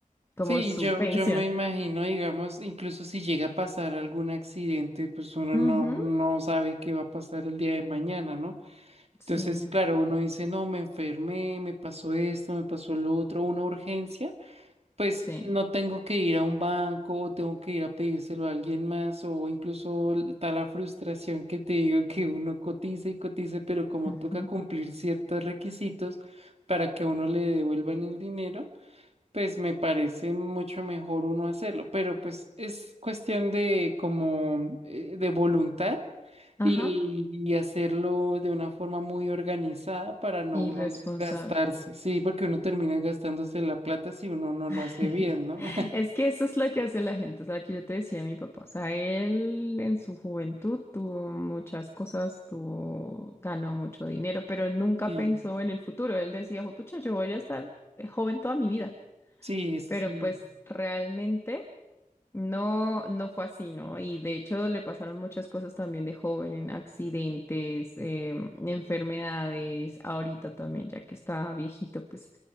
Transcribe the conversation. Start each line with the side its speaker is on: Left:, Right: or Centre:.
Left: como
Right: Sí,
Left: su
Right: yo,
Left: pensión.
Right: yo me imagino, digamos, incluso si llega a pasar algún accidente, pues uno
Left: Ujú,
Right: no, no sabe qué va a pasar el día de mañana, ¿no? Entonces,
Left: Sí,
Right: claro, uno dice, no, me enfermé, me pasó esto, me pasó lo otro, una urgencia. Pues
Left: sí.
Right: no tengo que ir a un banco o tengo que ir a pedírselo a alguien más o incluso está la frustración que te digo que uno cotiza y cotiza, pero como
Left: ujú,
Right: toca cumplir ciertos requisitos para que a uno le devuelvan el dinero pues me parece mucho mejor uno hacerlo, pero pues es cuestión de como eh, de voluntad
Left: Ajá.
Right: y, y hacerlo de una forma muy organizada para no
Left: Irresponsable.
Right: uno gastarse, sí, porque uno termina gastándose la plata si uno no
Left: <laughs>
Right: lo hace bien, ¿no? <laughs>
Left: Es que eso es lo que hace la gente, o sea, que yo te decía mi papá, o sea, él en su juventud tuvo muchas cosas, tuvo, ganó mucho dinero, pero él nunca
Right: Sí,
Left: pensó en el futuro, él decía, pucha, yo voy a estar eh, joven toda mi vida,
Right: sí, eso
Left: pero
Right: sí.
Left: pues realmente... No, no fue así, ¿no? Y de hecho le pasaron muchas cosas también de joven, en accidentes, em, enfermedades, ahorita también, ya que está viejito, pues.